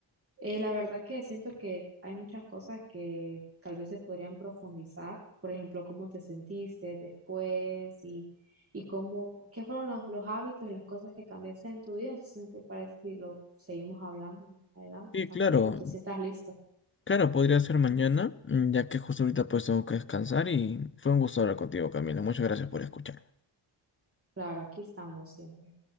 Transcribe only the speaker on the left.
Sí,
claro,
claro, podría ser mañana, mm, ya que justo ahorita pues tengo que descansar y fue un gusto hablar contigo, Camilo. Muchas gracias por escuchar.